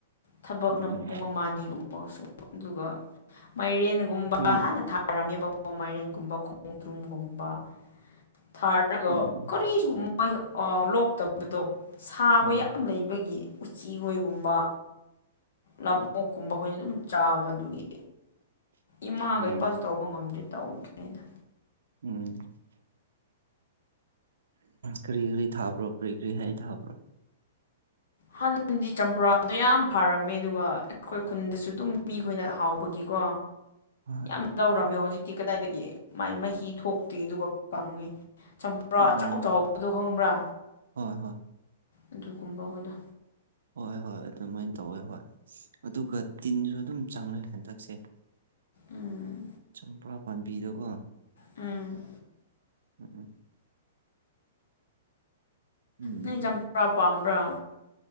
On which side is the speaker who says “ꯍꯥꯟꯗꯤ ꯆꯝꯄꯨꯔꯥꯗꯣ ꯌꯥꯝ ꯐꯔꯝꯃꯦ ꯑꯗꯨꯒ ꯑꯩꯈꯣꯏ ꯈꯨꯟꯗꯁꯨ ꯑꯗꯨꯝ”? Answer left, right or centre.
Left